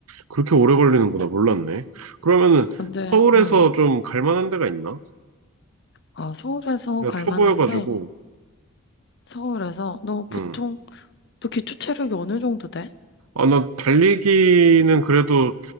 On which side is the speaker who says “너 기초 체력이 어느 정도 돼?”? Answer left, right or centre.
Left